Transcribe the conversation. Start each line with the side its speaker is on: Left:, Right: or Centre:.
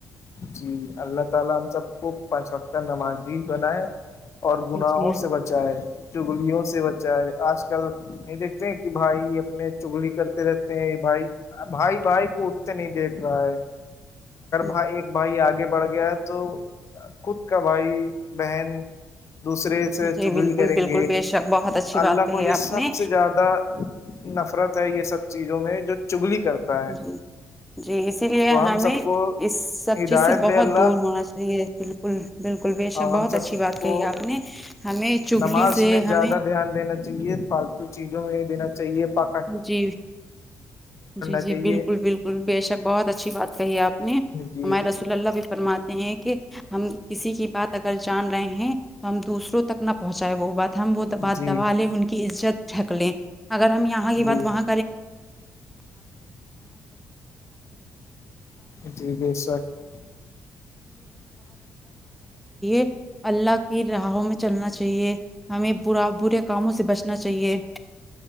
Left: جی اللہ تعالی ہم خوب پانچ وق کا نمازی بن ہے اور گناہوں
Centre: جی
Left: سے بچا ہے چگلیوں سے بچا ہے آج کل نہیں دیکھتے ہیں کہ بھائی اپنے چگلی کرتے رہتے ہیں بھائی بھائی بھائی کو اٹھتے نہیں دیکھ رہا ہے
Centre: <inaudible>
Left: ہاں ایک بھائی آگے بڑھ گیا ہے تو خود کا بھائی بہن دوسرے سے
Centre: جی
Left: چگڑ
Centre: بالکل
Left: کریں
Centre: بالکل
Left: گے
Centre: بے شک بہت اچھی بات
Left: اللہ
Centre: کہی
Left: کو یہ سب
Centre: آپ نے
Left: سب سے زیادہ نفرت ہے یہ سب چیزوں میں جو چگلی کرتا ہے
Centre: جی جی اسی لیے
Left: تو ہم
Centre: ہمیں
Left: سب کو
Centre: اس سب
Left: ہدایت
Centre: چیز سے بہت
Left: دے اللہ
Centre: دور ہاںس ہے بالکل بالکل بے شک
Left: اور ہم
Centre: بہت
Left: سب
Centre: اچھی بات
Left: کو
Centre: کہی آپ نے ہمیں چگلی
Left: نماز
Centre: سے
Left: میں زیادہ
Centre: ہمیں
Left: دھیان دینا چاہے فالتو چیزوں میں ہی دینا چاہیے پ
Centre: جی جی
Left: چاہیے
Centre: جی بالکل بالکل بے شک بہت اچھی بات کہی ہے آپ نے
Left: جی
Centre: ہمارے رسول اللہ بھی ف پررمات ہیں کہ ہم کسی کی بات اگر جان رہے ہیں تو ہم دوسروں تک نہ پہنچائے وہ بات ہم وہ بات
Left: جی
Centre: دبا لیں ان کی عزت ڈھک لیں اگر ہم یہاں کی
Left: جی
Centre: بات وہاں
Left: جی بے شک
Centre: <unintelligible> <unintelligible> اللہ کی راہوں میں چلنا چاہیے ہمیں برا برے کاموں سے بچنا چاہیے